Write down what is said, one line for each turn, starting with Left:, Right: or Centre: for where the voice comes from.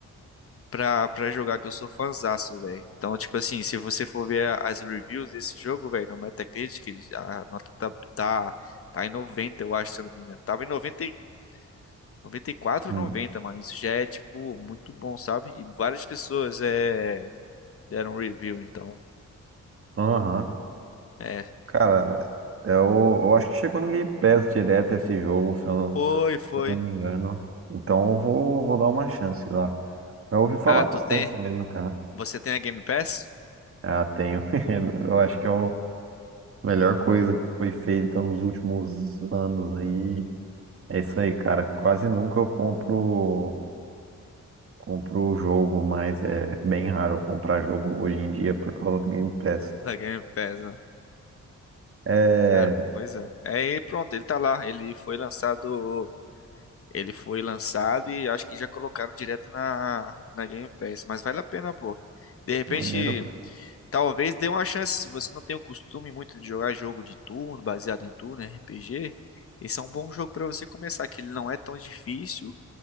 Left: pra, pra jogar, que eu sou fãzaço, velho. Então, tipo assim, se você for ver a- as reviews desse jogo, velho, no Metacritic, a nota tá, tá, tá em 90, eu acho, se eu não me engano. Tava em 90, e- 94,
Right: Hum.
Left: 90, mano. Isso já é, tipo, muito bom, sabe? E várias pessoas é, deram review, então.
Right: Aham.
Left: É.
Right: Cara, eu, eu acho que chegou no Game Pass direto esse jogo, se eu não,
Left: Foi, foi.
Right: se eu não me engano. Então eu vou, vou dar uma chance lá. Eu ouvi falar
Left: Ah,
Right: bastante
Left: tu tem?
Right: mesmo, cara.
Left: Você tem a Game Pass?
Right: Ah, tenho. <laughs> Eu acho que é a melhor coisa que foi feita nos últimos anos aí. É isso aí, cara. Quase nunca eu compro. Compro o jogo, mas é bem raro eu comprar jogo hoje em dia por causa do Game Pass.
Left: Da Game Pass, né?
Right: É.
Left: Cara, pois é. É, e pronto, ele tá lá. Ele foi lançado. Ele foi lançado e acho que já colocaram direto na, na Game Pass. Mas vale a pena, pô. De repente,
Right: Maneiro, cara.
Left: talvez dê uma chance. Se você não tem o costume muito de jogar jogo de turno, baseado em turno, RPG, esse é um bom jogo pra você começar, que ele não é tão difícil